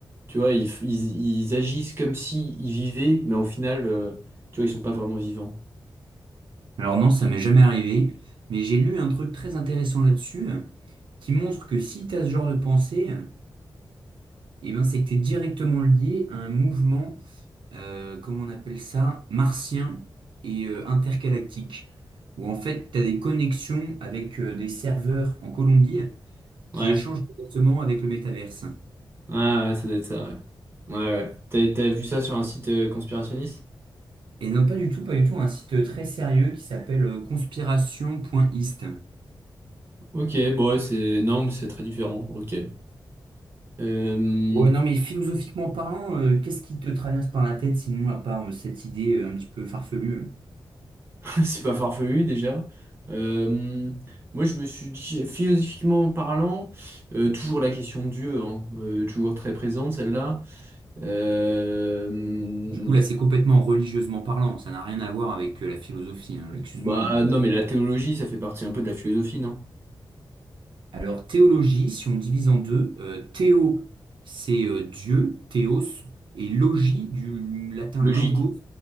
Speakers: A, on the right; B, on the right.
A: tu vois, ils, f- ils, ils agissent comme si ils vivaient, mais au final, euh, tu vois, ils sont pas vraiment vivants.
B: Alors non, ça m'est jamais arrivé, mais j'ai lu un truc très intéressant là-dessus euh, qui montre que si tu as ce genre de pensée, euh, eh ben c'est que tu es directement lié à un mouvement, euh, comment on appelle ça, martien et euh, intergalactique, où en fait tu as des connexions avec euh, des serveurs en Colombie
A: Ouais,
B: qui échangent directement avec le métaverse.
A: ouais, ouais, ça doit être ça, ouais. Ouais, ouais. T'as, t'as vu ça sur un site euh, conspirationniste?
B: Et non, pas du tout, pas du tout, un site très sérieux qui s'appelle euh, conspiration.ist.
A: Ok, bon, ouais, c'est... Non, mais c'est très différent, ok. Euh,
B: Bon non, mais philosophiquement parlant, euh, qu'est-ce qui te traverse par la tête sinon à part euh, cette idée euh, un petit peu farfelue? euh
A: <laughs> c'est pas farfelu déjà. Euh, moi, je me suis dit, philosophiquement parlant, euh, toujours la question de Dieu, hein, euh, toujours très présente celle-là. Euh,
B: Du coup, là, c'est complètement religieusement parlant, ça n'a rien à voir avec euh, la philosophie, hein, excuse-moi,
A: bah
B: mais...
A: non,
B: euh.
A: mais la théologie, ça fait partie un peu de la philosophie, non?
B: Alors, théologie, si on divise en deux, euh, théo, c'est euh, Dieu, théos, et logie, du latin
A: Logique.
B: logos,